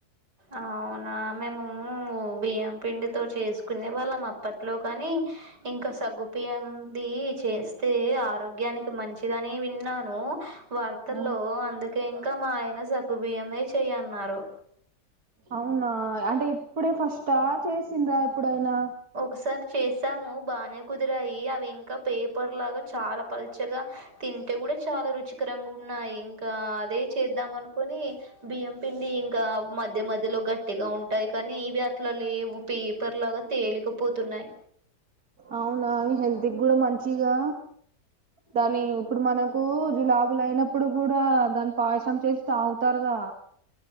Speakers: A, on the right; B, on the right.
A: అవునా మేము బియ్యం పిండితో చేసుకునే వాళ్ళం అప్పట్లోగని ఇంకా సగ్గుబీయం ది చేస్తే ఆరోగ్యానికి మంచిదని విన్నాను వార్తల్లో
B: ఆ
A: అందుకే ఇంకా మా ఆయన సగుబియ్యమే చెయి అన్నారు
B: అవునా అంటే ఇప్పుడే ఫస్ట్ చేసిందా ఎప్పుడైనా
A: ఒకసారి చేసాము బానే కుదిరాయి అవి ఇంకా పేపర్ లాగా చాలా పల్చగా తింటే కూడా చాలా రుచికరంగా ఉన్నాయి ఇంకా అదే చేద్దాం అనుకుని బియ్యం పిండి ఇంకా మధ్య మధ్యలో గట్టిగా ఉంటాయి కానీ ఇవి అట్లా లేవు పేపర్ లాగా తేలికపోతున్నాయి
B: అవునా హెల్ది కూడా మంచిగా దాని ఇప్పుడు మనకు జులాబులు అయినప్పుడు కూడా దాన్ని పాయసం చేస్తాగుతారుగా